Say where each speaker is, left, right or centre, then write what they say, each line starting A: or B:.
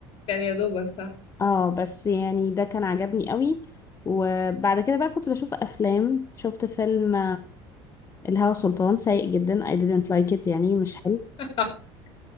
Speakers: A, on the left (about 50°); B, on the left (about 25°).
A: كان يا دوبك صح
B: اه بس يعني ده كان عجبني قوي وبعد كده بقى كنت بشوف افلام شفت فيلم الهوى سلطان سيء جدا I didn't like it يعني مش حلو
A: <laughs>